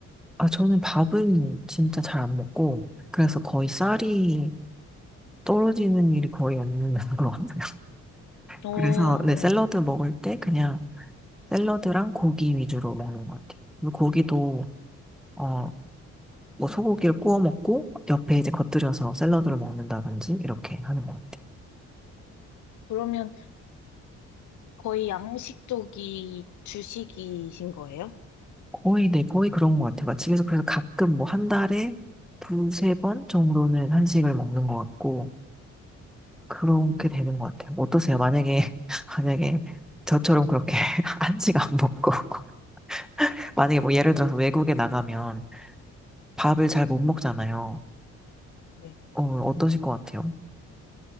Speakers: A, in the centre; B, on the left (about 70°).
A: 아, 저는 밥은 진짜 잘 안 먹고 그래서 거의
B: 네.
A: 쌀이 떨어지는 일이 거의 없는 <laughs> 것 같아요.
B: 어,
A: 그래서 네, 샐러드 먹을 때 그냥 샐러드랑 고기 위주로 먹는 것 같아요. 그리고 고기도 어, 뭐 소고기를 구워 먹고 옆에 이제 겉들여서 샐러드를 먹는다든지 이렇게 하는 거.
B: 그러면 거의 양식 쪽이 주식이신 거예요?
A: 거의, 네, 거의 그런 것 같아요. 집에서 그래서 가끔 뭐 한 달에 두세 번 정도는 한식을 먹는 것 같고, 그렇게
B: 음,
A: 되는 것 같아요. 어떠세요? 만약에, <laughs> 만약에 저처럼 그렇게 <laughs> 한식 안 먹고, <laughs> 만약에 뭐 예를 들어서 외국에 나가면 밥을 잘 못 먹잖아요.
B: 네.
A: 어, 어떠실 것 같아요?